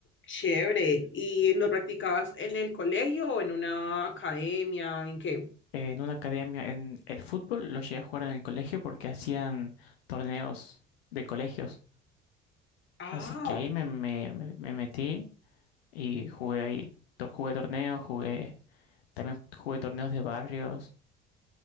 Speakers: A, on the left; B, on the left.
A: Chévere. ¿Y lo practicabas en el colegio o en una academia? ¿En qué?
B: Eh, en una academia, en el fútbol lo llegué a jugar en el colegio porque hacían torneos de colegios.
A: Ah,
B: Así que ahí
A: ok.
B: me, me, me- me metí y jugué ahí. To- Jugué torneos, jugué, también jugué torneos de barrios